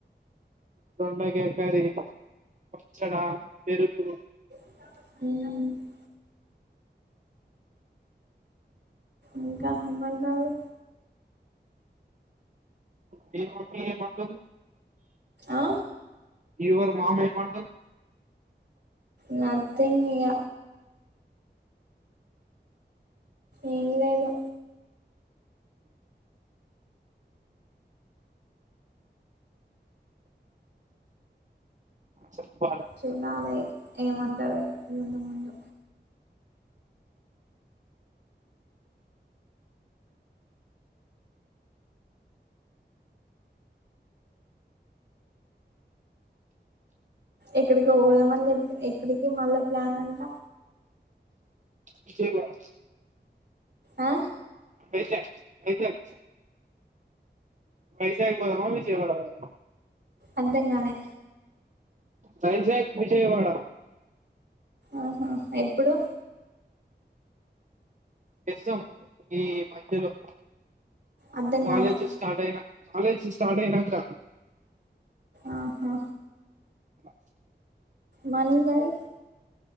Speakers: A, on the right; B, on the right.
A: దొండకాయ కర్రీ. పచ్చడ, పెరుగు.
B: మ్ మ్ ఇంకా ఏమంటారు
A: మీ మమ్మీ ఏమంటుంది?
B: ఆ
A: యువర్ మామ్ ఏమంటుంది?
B: నథింగ్ ఇగ. ఏమి లేదు.
A: చెప్పాల
B: చూడాలి ఏమంటారో ఇగ ముందు ముందు ఎక్కడికో పోదామని చెప్పి, ఎక్కడికి మళ్ళా ప్లాన్ అంట
A: విజయవాడ
B: ఆ
A: వైజాగ్ వైజాగ్ వైజాగ్ పోదామా విజయవాడ పోదామా?
B: అర్థం కాలే
A: వైజాగ్, విజయవాడ.
B: ఆహా ఎప్పుడు?
A: ఎస్ద్దాం ఈ మధ్యలో
B: అర్ధం
A: కాలేజస్
B: కాలే
A: స్టార్ట్ అయినా కాలేజ్ స్టార్ట్ అయినంక.
B: ఆహా
A: అట్ల
B: మనీ మరి?